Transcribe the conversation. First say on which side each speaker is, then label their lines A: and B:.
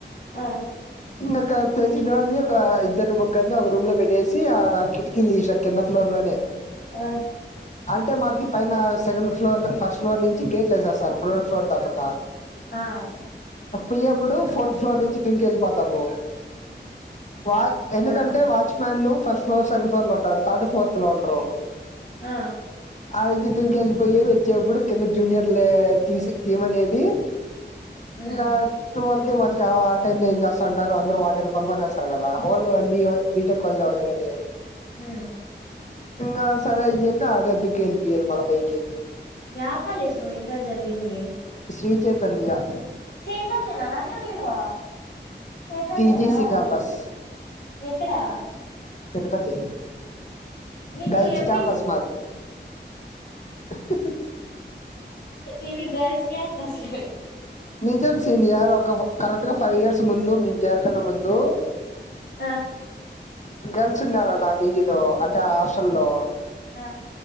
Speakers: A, on the left; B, on the left.
A: ఆ
B: ఇంగొక తెలిసినోల్ని ఒక ఇద్దరు ముగ్గర్ని ఒక రూమ్ లో పెట్టేసి ఆడ కిటికిల్దిస్న కింద ఫ్లోర్ లోనే
A: ఆ
B: అంటే మాకీ పైన సెకండ్ ఫ్లోర్ ఫస్ట్ ఫ్లోర్ నుంచి గేట్లేసేస్తారు గ్రౌండ్ ఫ్లోర్ తప్పక
A: ఆ
B: అప్పుయ్యప్పుడు ఫోర్త్ ఫ్లోర్ నుంచి దుంకెళ్ళిపోతాము వా ఎందుకంటే
A: ఆ
B: వాచ్ మ్యాన్ లు ఫస్ట్ ఫ్లోర్ సెకండ్ ఫ్లోర్ లో ఉంటారు థర్డ్ ఫోర్త్ లో ఉండ్రూ
A: ఆ
B: ఆడించి దుంకెళ్ళిపోయ్యేది వచ్చేప్పుడు కింద జూనియర్లే తీసి తీయమనేది
A: ఉమ్
B: ఇంగా టువల్ కి వన్ కి ఆ టైమ్ లో ఏం చేస్తాంటారు అంద్రూ వాడ్డరూ బంకోనస్సరు గదా ఒళ్ళు ఎం బీ బీటెక్ వాళ్ళు లేవాలి గని
A: ఉమ్
B: ఇంగా సరే ని చెప్పి ఆడ దుకెళ్లిపోయేది మళ్ళ పైకి
A: యా కాలేజ్ నువ్ ఇంటర్ జదివింది
B: శ్రీ చైతన్య
A: చైతన్య నా నవ్య మీరూ చైతన్యనా
B: టీజీసి క్యాంపస్
A: ఎక్కడా
B: తిరుపతి
A: మీకు
B: గల్స్
A: ఎంపీసి
B: క్యాంపస్ మాది ఉహహు
A: ఇన్ని గర్ల్స్ క్యాంపస్ల
B: నిజం సీనియర్ ఒక కరెక్ట్ గా ఫైవ్ ఇయర్స్ ముందు మీమ్ జేర్కన్నా ముందూ
A: ఆ
B: గర్ల్స్ ఉన్నారంట అ పీజీల్లో అంటే అ హాస్టల్లో
A: ఆ